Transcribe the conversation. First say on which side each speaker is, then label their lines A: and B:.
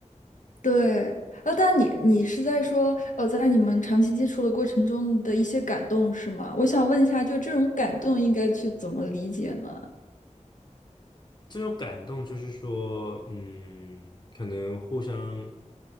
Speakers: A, on the left; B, on the left.
A: 对，呃，但你你是在说，呃，在你们长期接触的过程中的一些感动是吗？我想问一下，就这种感动应该去怎么理解呢？
B: 这种感动就是说，嗯，可能互相